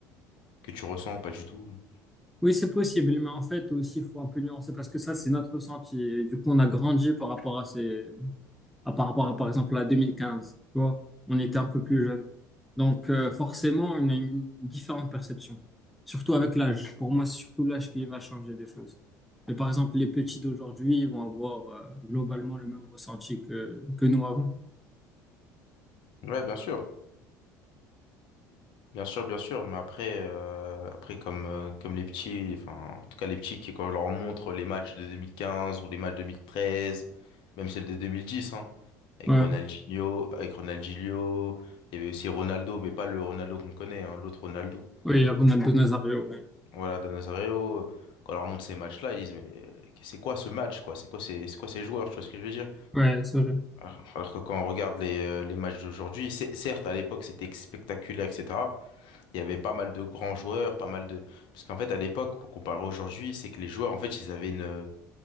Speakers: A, on the left; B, in the centre.
A: que tu ressens ou pas du tout.
B: Oui, c'est possible, mais en fait, aussi, il faut un peu nuancer parce que ça, c'est notre ressenti. Et du coup, on a grandi par rapport à ces, à par rapport à, par exemple, la 2015. Tu vois, on était un peu plus jeune. Donc, euh, forcément, on a une différente perception. Surtout avec l'âge. Pour moi, c'est surtout l'âge qui va changer les choses. Mais par exemple, les petits d'aujourd'hui, ils vont avoir euh, globalement le même ressenti que, que nous avant.
A: Ouais, bien sûr. Bien sûr, bien sûr, mais après, euh, après comme, euh, comme les petits, enfin, en tout cas les petits, qui, quand on leur montre les matchs de 2015 ou les matchs de 2013, même celles de 2010, hein, avec
B: Ouais,
A: Ronaldinho, avec Ronaldinho, il y avait aussi Ronaldo, mais pas le Ronaldo qu'on connaît, hein, l'autre Ronaldo.
B: oui, Ronaldo Nazario, ouais.
A: Voilà, Dan Nazario, quand on leur montre ces matchs-là, ils disent, mais euh, c'est quoi ce match, quoi? C'est quoi ces, c'est quoi ces joueurs, tu vois ce que je veux dire?
B: Ouais, c'est vrai.
A: Alors alors que quand on regarde les, euh, les matchs d'aujourd'hui, c'est- certes, à l'époque, c'était spectaculaire, etc. il y avait pas mal de grands joueurs, pas mal de... Parce qu'en fait, à l'époque, pour comparer aujourd'hui, c'est que les joueurs, en fait, ils avaient une...